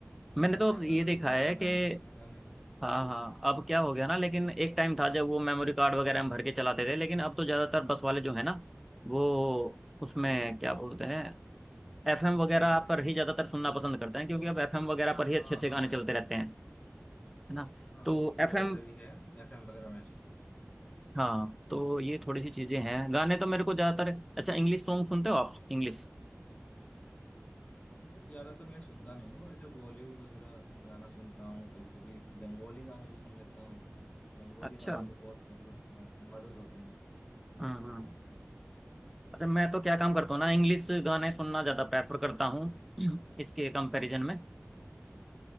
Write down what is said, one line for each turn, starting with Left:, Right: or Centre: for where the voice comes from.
Centre: मैंने
Left: बढ़िया
Centre: तो
Left: बढ़िया गाना
Centre: ये देखा
Left: सब रहता
Centre: है
Left: है नाइन्टीज
Centre: कि
Left: के गाने
Centre: हाँ हाँ अब क्या हो गया ना लेकिन एक टाइम
Left: हाँ
Centre: था जब वो मेमोरी कार्ड वगैरह में भर के चलाते थे लेकिन अब तो ज़्यादातर बस वाले जो है ना वो उसमें
Left: हाँ
Centre: क्या बोलते हैं एफएम वगैरह
Left: Pen drive
Centre: पर
Left: pen
Centre: ही ज़्यादातर
Left: drive
Centre: सुनना पसंद करते हैं क्योंकि
Left: अच्छा
Centre: अब एफएम वगैरह पर ही
Left: हाँ
Centre: अच्छे अच्छे
Left: हाँ
Centre: गाने चलते
Left: एफ
Centre: रहते
Left: एम
Centre: हैं है ना
Left: हाँ
Centre: तो
Left: अभी तो
Centre: एफएम
Left: वैसा भी है एफ एम वगैरह में चलते हैं
Centre: हाँ तो ये थोड़ी सी चीज़ें
Left: जी जी
Centre: हैं
Left: जी
Centre: गाने तो मेरे को ज़्यादातर अच्छा इंग्लिश सॉन्ग सुनते हो आप इंग्लिश
Left: इंग्लिश ज्यादातर मैं सुनता नहीं हूँ जैसे बॉलीवुड वगैरह गाना सुनता हूँ कभी कभी बंगाली गाने भी सुन लेता हूँ बंगाली
Centre: अच्छा
Left: गाने भी बहुत मतलब अ, मधुर होते हैं
Centre: हम्म हम्म अच्छा मैं
Left: हाँ
Centre: तो क्या काम करता हूँ ना इंग्लिश गाने सुनना ज़्यादा प्रेफर करता हूँ इसके कंपैरिजन में
Left: अच्छा अच्छा